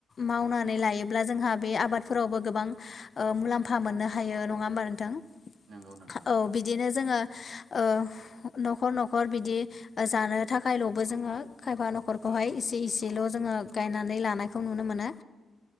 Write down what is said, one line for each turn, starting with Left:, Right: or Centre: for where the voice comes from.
Left: मावनानै लायोब्ला जोंहा बे आबादफोरावबो गोबां ओ मुलाम्फा मोननो हायो नङा होमबा नोंथां औ
Right: नंगौ नोंथां
Left: बिदिनो जोङो
Right: औ
Left: ओ न'खर न'खर बिदि जानो थाखायल'बो जोङो खायफा नखर
Right: औ
Left: खौहाय इसे इसेल' जोङो गायनानै लानायखौ नुनो मोनो